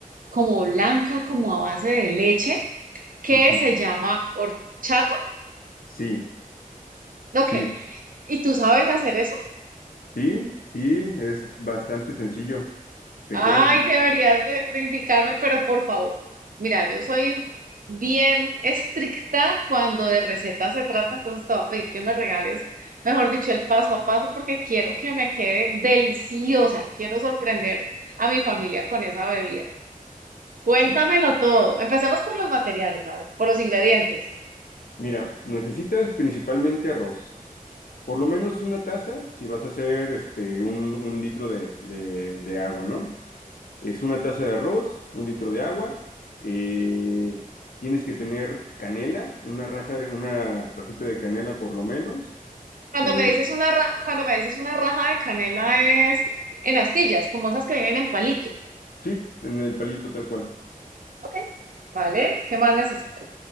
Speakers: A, on the right; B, on the left.
A: como blanca, como a base de leche, que
B: ujú.
A: se llama horchata.
B: sí,
A: Ok,
B: sí,
A: y tú sabes hacer
B: sí, sí, es bastante sencillo, te
A: Ay,
B: cuento.
A: deberías de, de indicarme, pero por favor. Mira, yo soy bien estricta cuando de recetas se trata, entonces te voy a pedir que me regales, mejor dicho, el paso a paso, porque quiero que me quede deliciosa. Quiero sorprender a mi familia con esa bebida. Cuéntamelo
B: Va.
A: todo. Empecemos por los materiales, a ver, Por los ingredientes.
B: Mira, necesitas principalmente arroz, por lo menos una taza si vas a hacer este, un, un litro de, de de agua, ¿no? Es una taza de arroz, un litro de agua. eh, tienes que tener canela, una raja, de- una rajita de canela por lo menos.
A: Cuando
B: eh,
A: me dices una ra- cuando me dices una raja de canela es en astillas, como esas que vienen en palito.
B: sí, en el palito tal cual.
A: Ok. ¿Vale? ¿Qué más necesito?